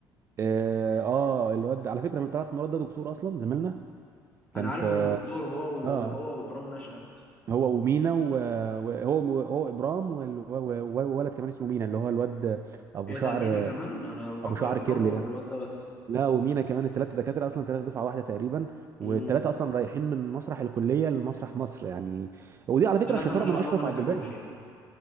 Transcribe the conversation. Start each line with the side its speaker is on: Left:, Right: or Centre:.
Right: اه آه، الواد على فكره لو تعرف ان الواد ده دكتور اصلا زميلنا كان
Left: انا عارف
Right: في
Left: انه دكتور هو
Right: اه
Left: وهو وابرام نشأت
Right: هو ومينا وهو هو هو ابرام والولد كمان اسمه مينا اللي هو الواد ابو
Left: ايه
Right: شعر
Left: ده مينا كمان انا مفكر
Right: ابو شعر
Left: ابرام
Right: كيرلي
Left: والواد
Right: ده
Left: ده بس
Right: لا ومينا كمان الثلاثه دكاتره اصلا ثلاثه دفعه واحده تقريبا والثلاثه
Left: امم
Right: اصلا رايحين من مسرح الكليه لمسرح مصر يعني ودي على
Left: الثلاثه
Right: فكره شطاره
Left: ما شاء
Right: من اشرف
Left: الله ما
Right: عبد
Left: نجحوش
Right: الباقي
Left: يعني